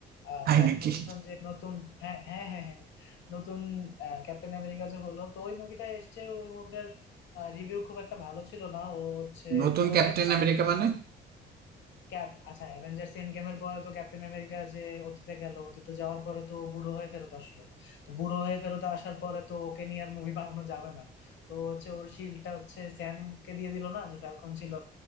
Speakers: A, on the left (about 75°); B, on the right (about 55°).
A: আহ,
B: তাই
A: স্যাম
B: নাকি
A: উইলসন যে নতুন হ্যাঁ হ্যাঁ হ্যাঁ হ্যাঁ নতুন আহ, ক্যাপ্টেন আমেরিকা যে হলো তো ওই মুভিটা এসছে ওই মুভিটার রিভিউ খুব একটা ভালো ছিল না ও হচ্ছে
B: নতুন
A: মানে ওকে
B: ক্যাপ্টেন
A: একটু মানুষ
B: আমেরিকা মানে
A: ক্যাপ আচ্ছা অ্যাভেঞ্জার্স এন্ড গেমের পরে তো ক্যাপ্টেন আমেরিকা যে অতীতে গেল অতীতে যাওয়ার পরে তো ও বুড়ো হয়ে ফেরত আসলো তো বুড়ো হয়ে ফেরত আসার পরে তো ওকে নিয়ে আর মুভি বানানো যাবে না তো হচ্ছে ওর শিল্ডটা হচ্ছে স্যামকে দিয়ে দিল না যে ফ্যালকন ছিল